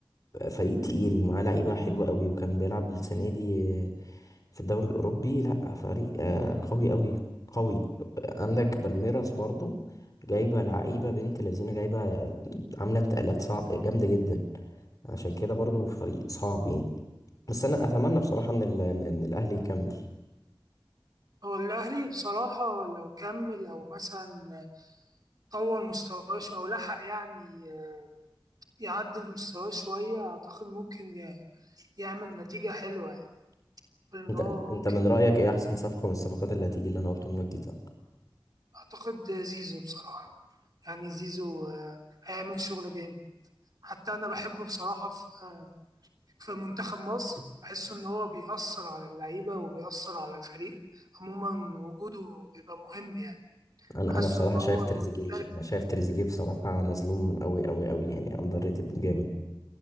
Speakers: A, on the left (about 40°); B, on the right (about 45°).
A: فريق تقيل معاه لعيبة حلوة قوي وكان بيلعب السنة دي آه، في الدوري الأوروبي لا فريق آه، قوي قوي قوي عندك بالميراس برضو جايبة لعيبة بنت لذينة جايبة عاملة انتقالات صعب جامدة جدا عشان كده برضو فريق صعب يعني بس انا اتمنى بصراحه ان ال... ان إن الاهلي يكمل
B: هو الأهلي بصراحة لو كمل أو مثلا طور مستواه شو- أو لحق يعني آه، يعدل مستواه شوية أعتقد ممكن ي- يعمل نتيجة حلوة يعني إن
A: انت
B: هو ممكن
A: انت من رايك ايه احسن صفقه من الصفقات اللي هتيجي اللي انا قلتهم لك دي طب
B: أعتقد زيزو بصراحة يعني زيزو آه، هيعمل شغل جامد حتى أنا بحبه بصراحة في آه، في منتخب مصر بحس إن هو بيأثر على اللعيبة وبيأثر على الفريق عموما وجوده بيبقى مهم يعني
A: انا
B: حاسه
A: انا بصراحه
B: ان هو
A: شايف تريزيجيه
B: مختلف
A: انا شايف تريزيجيه بصراحه مظلوم قوي قوي قوي يعني اندر ريتد جامد